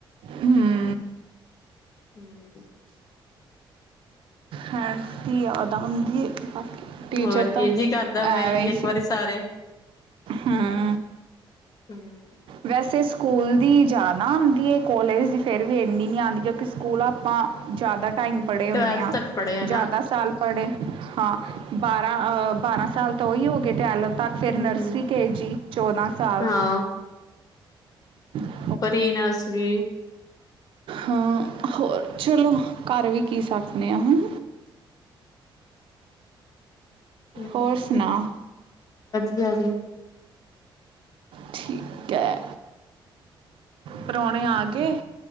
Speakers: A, on the right; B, on the left.
A: ਹੂੰ
B: ਹੂੰ
A: ਹੈਣ ਦੀ ਯਾਦ ਆ ਹਉਂਦੀ ਬਾਕੀ ਟੀਚਰ
B: ਹੋਰ
A: ਤਾਂ
B: ਕੀ ਜੀ ਕਰਦਾ ਮਿਲ
A: ਐਵੇਂ
B: ਲਈਏ
A: ਹੀ
B: ਇੱਕ
A: ਸੀ।
B: ਵਾਰੀ ਸਾਰੇ
A: ਹਾਂ।
B: ਹੂੰ
A: ਵੈਸੇ ਸਕੂਲ ਦੀ ਜਾ ਨਾ ਆਉਂਦੀ ਹੈ ਕੋਲੇਜ ਦੀ ਫੇਰ ਵੀ ਇੰਨੀ ਨਹੀਂ ਆਉਂਦੀ ਕਿਉਂਕਿ ਸਕੂਲ ਆਪ ਆਪਾਂ ਜ਼ਿਆਦਾ ਟਾਈਮ
B: ਟਵੈਲਥ
A: ਪੜ੍ਹੇ ਹੁੰਦੇ ਹਾਂ
B: ਤੱਕ ਪੜ੍ਹੇ ਆ
A: ਜ਼ਿਆਦਾ
B: ਨਾ
A: ਸਾਲ ਪੜ੍ਹੇ। ਹਾਂ ਬਾਰਾਂ ਅਹ ਬਾਰਾਂ ਸਾਲ ਤੋਂ ਹੀ ਹੋ ਗਏ ਟਵੈਲਵ ਤੱਕ ਫਿਰ
B: ਹੂੰ
A: ਨਰਸਰੀ ਕੇ ਜੀ ਚੌਦਾਂ ਸਾਲ।
B: ਹਾਂ
A: ਹੂੰ
B: ਪਰੀ ਨਰਸਰੀ
A: ਹਾਂ ਹੋਰ ਚਲੋ ਕਰ ਵੀ ਕੀ ਸਕਦੇ ਆਂ ਹੂੰ।
B: ਹੂੰ
A: ਹੋਰ ਸੁਣਾ
B: <unintelligible> ਜੀ।
A: ਠੀਕ ਹੈ। ਪਰੌਣੇ ਆ ਗਏ?